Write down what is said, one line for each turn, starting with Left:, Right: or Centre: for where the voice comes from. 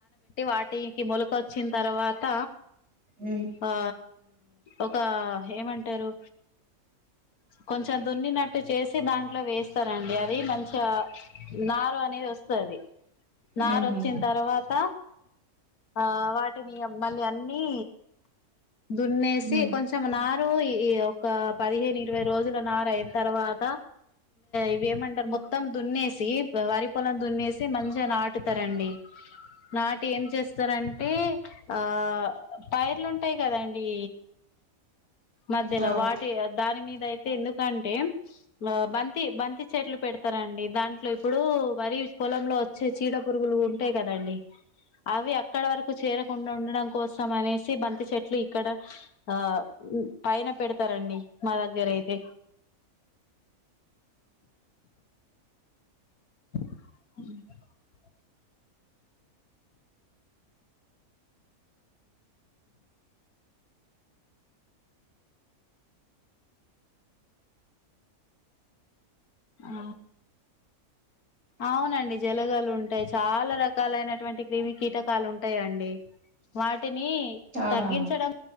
Left: వాటికి మొలకొచ్చిన తర్వాత
Right: ఉమ్
Left: ఆ ఒక ఏమంటరు కొంచెం దున్నినట్టు చేసి దాంట్లో వేస్తారండి అది మంచిగ నారు అనేది వస్తోంది నారా
Right: ఉహు
Left: ఒచ్చిన తర్వాత ఆ వాటిని మళ్ళీ అన్ని దున్నేసి
Right: ఉమ్
Left: కొంచెం నా ఈ ఒక పదిహేను ఇరవై రోజుల నార అయిన తర్వాత ఇవి ఏమంటరు మొత్తం దున్నేసి వరి పొలం దున్నేసి మంచిగా నాటుతరండి నాటి ఏం చేస్తారంటే ఆ పైర్లుంటే ఉంటాయి కదండి మధ్యలో
Right: అవు
Left: వాటి దాని మీద అయితే ఎందుకంటే ఆ బంతి బంతి చెట్లు పెడతారండి దాంట్లో ఇప్పుడు వరి పొలంలో వచ్చే చీడ పురుగులు ఉంటాయి కదండి అవి అక్కడ వరకు చేరకుండా ఉండడం కోసం అనే బంతి చెట్లు ఇక్కడ ఆ పైన పెడతరండి మా దగ్గర అయితే హమ్ ఆ అవునండి జలగలు ఉంటాయి చాలా రకాలైనటువంటి క్రిమి కీటకాలు ఉంటాయండి వాటి వాటిని
Right: అవునవును
Left: తగ్గించడం